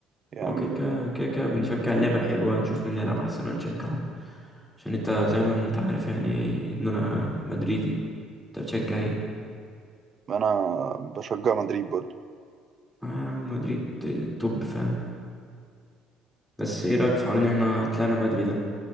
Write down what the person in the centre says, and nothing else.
هو كده كده كده كده بنشجع اللعبة الحلوة نشوف مين اللي يلعب أحسن ونشجعه عشان أنت زي ما أنت عارف يعني إن أنا مدريدي أنت بتشجع إيه؟
آه يا عم مدريد توب فاهم بس ايه رأيك في حوار ان احنا طلعنا بدري ده